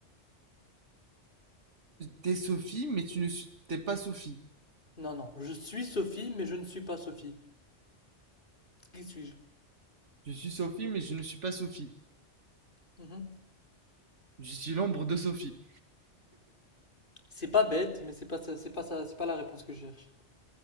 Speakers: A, on the right; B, on the left.
A: T'es Sophie, mais tu ne suis- t'es pas Sophie.
B: Non, non. Je suis Sophie, mais je ne suis pas Sophie. Qui suis-je?
A: Je suis Sophie, mais je ne suis pas Sophie.
B: Mhm.
A: Je suis l'ombre de Sophie.
B: C'est pas bête, mais c'est pas ça, c'est pas ça, c'est pas la réponse que je cherche.